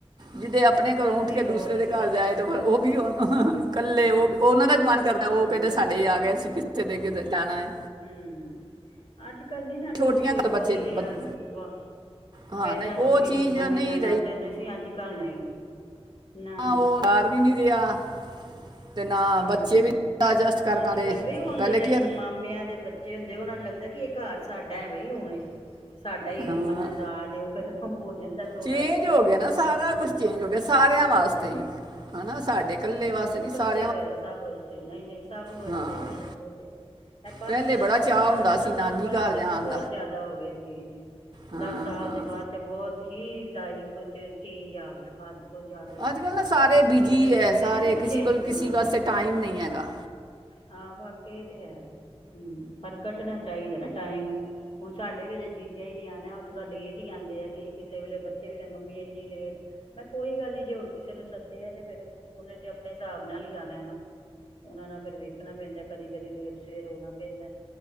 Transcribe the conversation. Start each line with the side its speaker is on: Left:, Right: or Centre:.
Right: ਜਿਦੇ ਆਪਣੇ ਘਰੋਂ
Left: ਗਰਮੀ
Right: ਉੱਠ ਕੇ ਦੂਸਰੇ
Left: ਬਹੁਤ ਹੈ
Right: ਦੇ
Left: ਵੀ
Right: ਘਰ
Left: ਅੱਜ
Right: ਜਾਏ
Left: ਕੱਲ
Right: ਤਾਂ ਫਿਰ ਉਹ ਵੀ ਹੁਣ <unintelligible> ਇਕੱਲੇ
Left: ਹਮ
Right: ਉਹ ਵੀ ਉਹਨਾਂ ਦਾ ਵੀ ਮਨ ਕਰਦਾ
Left: ਹਾਂ
Right: ਉਹ ਕਹਿੰਦੇ
Left: ਲੱਗਦਾ
Right: ਸਾਡੇ ਆ ਗਿਆ ਏ ਅਸੀਂ ਕਿੱਥੇ ਦੇ ਕੇ ਜਾਣਾ ਏ।
Left: ਹਮ ਅੱਜ-ਕੱਲ੍ਹ ਨੀਂ ਨਾਲੇ
Right: ਛੋਟੀਆਂ
Left: ਉਹ
Right: ਕੁ
Left: ਉਹ
Right: ਬੱਚੇ
Left: ਨੀਂ ਰਿਹਾ
Right: ਬੰ-
Left: ਵਾਹ
Right: ਹਾਂ
Left: ਪਹਿਲਾਂ
Right: ਨਹੀਂ
Left: ਲੋਕੀ
Right: ਉਹ ਚੀਜ਼
Left: ਮਹੀਨਾ-ਮਹੀਨਾ
Right: ਨਹੀਂ
Left: ਲਾਉਂਦੇ ਹੁੰਦੇ ਸੀ। ਅੱਜ-ਕੱਲ੍ਹ ਨਹੀਂ।
Right: <inaudible>
Left: ਨਾ-ਨਾ,
Right: ਹਾਂ ਉਹ ਬਾਰ ਵੀ ਨੀਂ ਰਿਹਾ <inaudible>
Left: ਹੂੰ,
Right: ਬੱਚੇ ਵੀ ਐਡਜਸਟ ਕਰ
Left: ਅੱਜ-ਕੱਲ
Right: ਪਾਉਂਦੇ
Left: ਬਈ ਹੁਣ
Right: ਪਹਿਲੇ
Left: ਜਿਹੜੇ
Right: ਕੀ ਆ-
Left: ਮਾਮਿਆਂ ਦੇ ਬ ਜੇ ਹੁੰਦੇ ਉਹਨਾਂ ਨੂੰ ਲੱਗਦਾ ਕਿ ਇਹ ਘਰ ਸਾਡਾ ਐ ਬਈ ਹੁਣ ਸਾਡਾ ਈ
Right: ਹਾਂ
Left: ਮਤਲਬ ਰਾਜ ਉਹ ਫ਼ਿਰ ਹੋ ਜਾਂਦਾ ਥੋੜਾ
Right: ਚੇਂਜ
Left: ਜਿਹਾ,
Right: ਹੋ ਗਿਆ ਨਾ ਸਾਰਾ
Left: ਹਾਂ।
Right: ਕੁਝ ਚੇਂਜ ਹੋ ਗਿਆ ਸਾਰਿਆਂ
Left: ਥੋੜਾ
Right: ਵਾਸਤੇ
Left: ਜਿਹਾ
Right: ਈ ਹਨਾ ਸਾਡੇ ਇਕੱਲੇ ਵਾਸਤੇ ਨੀ ਸਾ
Left: ਤੇ ਹੋਇਆ ਸਭ ਵਾਸਤੇ ਨਹੀਂ ਨਹੀਂ ਸਭ ਵਾਸਤੇ
Right: ਹਾਂ
Left: ਹੋਇਆ ਉਹ ਤੇ ਹੈ। ਇਹ ਪੰਜ
Right: ਪਹਿਲੇ
Left: ਸਾਲ
Right: ਬੜਾ
Left: ਮਤਲਬ
Right: ਚਾਹ ਹੁੰਦਾ
Left: ਦਸ ਸਾਲਾਂ
Right: ਸੀ ਨਾਨੀ
Left: ਬਾਅਦ
Right: ਘਰ
Left: ਤੇ
Right: ਜਾਣ
Left: ਬਹੁਤ ਜ਼ਿਆਦਾ ਦਾ ਹੋ ਗਿਆ ਚੇਂਜ
Right: ਹਾਂ
Left: ਦਸ ਸਾਲ
Right: ਹਾਂ
Left: ਦੇ ਬਾਅਦ ਤੇ ਬਹੁਤ ਹੀ ਲਾਈਫ ਚ ਚੇਂਜ ਆ ਗਿਆ <unintelligible> ਹੀ।
Right: ਅੱਜ ਕੱਲ੍ਹ ਨਾ ਸਾਰੇ
Left: ਅਸੀਂ ਕਿਸੇ
Right: ਬਿਜ਼ੀ
Left: ਵੇਲੇ ਵੇਖਦੇ
Right: ਐ ਸਾਰੇ
Left: ਨਾ ਪਿੱਛੇ
Right: ਕਿਸੇ ਕੋਲ ਕਿਸੇ
Left: ਹਾਂ
Right: ਵਾਸਤੇ ਟਾਈਮ ਨਹੀਂ ਹੈਗਾ।
Left: ਹਾਂ ਬਾਕੀ ਇਹ ਤੇ ਹੈ ਪਰ ਕੱਢਣਾ ਚਾਹੀਦਾ ਏ ਨਾ ਟਾਈਮ। ਹੁਣ ਸਾਡੇ ਵੀ ਅਜੇ ਜੀਜਾ ਹੀ ਨ ਆਣਾ ਉਹ ਥੋੜ੍ਹਾ ਲੇਟ ਹੀ ਆਂਦੇ ਏ ਕਿ ਕਿਸੇ ਵੇਲੇ ਬੱਚੇ ਵੀ ਕਹਿੰਦੇ ਮੰਮੀ ਇੰਨੀ ਲੇਟ ਨਾ ਕੋਈ ਗੱਲ ਨੀ ਜੇ ਹੋਰ ਕਿਸੇ ਨੂੰ ਸੱਦਿਆ ਤੇ ਫ਼ਿਰ ਉਹਨੇ ਤੇ ਆਪਣੇ ਹਿਸਾਬ ਨਾਲ ਹੀ ਆਣਾ ਐ ਨਾ। ਉਹਨਾ ਨਾਲ ਫਿਰ ਵੇਖਣਾ ਪੈਂਦਾ ਕਦੀ ਕਦੀ ਲੇਟ ਸ਼ੇਟ ਹੋਣਾ ਪੈਂਦਾ।